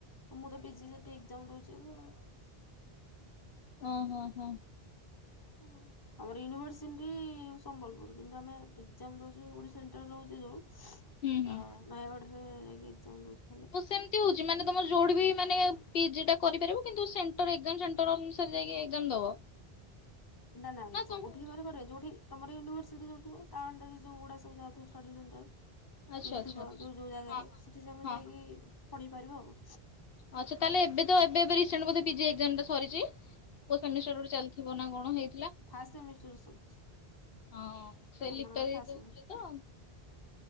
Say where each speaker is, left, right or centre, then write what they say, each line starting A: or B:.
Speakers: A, on the left (about 25°); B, on the left (about 70°).
A: ମୁଁ ତ ପିଜି ସେଠି ଏକ୍ଜାମ ଦଉଛି ଏବେ ଆଉ।
B: ଓ ହୋ ହୋ।
A: ହୁଁ। ଆମର ୟୁନିଭର୍ସିଟି ସମ୍ବଲପୁର କିନ୍ତୁ ଆମେ ଏକ୍ଜାମ ଦେଉଛୁ ଓଡ଼ି ସେଣ୍ଟର ରହୁଛି ଯୋଉ
B: ହୁଁ
A: ତ
B: ହୁଁ।
A: ନୟାଗଡରେ ଯାଇକି ଏକ୍ଜାମ ଦଉଛି।
B: ସେମିତି ହଉଛି ମାନେ ତମ ଯୋଉଠି ବି ମାନେ ପିଜି ଟା କରିପାରିବ କିନ୍ତୁ ସେଣ୍ଟର ଏକ୍ଜାମ ସେଣ୍ଟର ଅନୁସ ସାରେ ଯାଇକି ଏକ୍ଜାମ ଦବ?
A: ନା ନା ଯୋଉଠି
B: ତମ ହଁ
A: ହେବାର କରିବ ଯୋଉଠି ତମର ୟୁନିଭର୍ସିଟି ଯଉଥିବ ତା ଅଣ୍ଡରରେ ଯୋଉଗୁଡା ସବୁ ଯାଉଥିବ ଷ୍ଟଡ଼ି ସେଣ୍ଟର
B: ଆଚ୍ଛା
A: ଯୋଉଠି
B: ଆଚ୍ଛା
A: ଥିବ
B: ବୁଝି
A: ଯୋଉ ଯୋଉ ଜାଗାରେ
B: ହଁ ହଁ।
A: ସେଠି ତମେ
B: ହଁ
A: ଯାଇକି ପଢ଼ିପାରିବ ଆଉ।
B: ଅଚ୍ଛା ତାହେଲେ ଏବେ ତ ଏବେ ଏବେ ରିସେଣ୍ଟ ବୋଧେ ପି ଜି ଏକ୍ଜାମ ଟା ସରିଛି? କୋ ସେମିଷ୍ଟର ଗୋଟେ ଚାଲିଥିବ ନା କଣ ହେଇଥିଲା।
A: ଫାଷ୍ଟ ସେମିଷ୍ଟର ସରିଛି
B: ହଁ ସେ
A: ଆମମାନଙ୍କର
B: ଲିପା ଦେଇ
A: ଫାଷ୍ଟ
B: ଦଉଥିଲେ
A: ସେମିଷ୍ଟର
B: ତ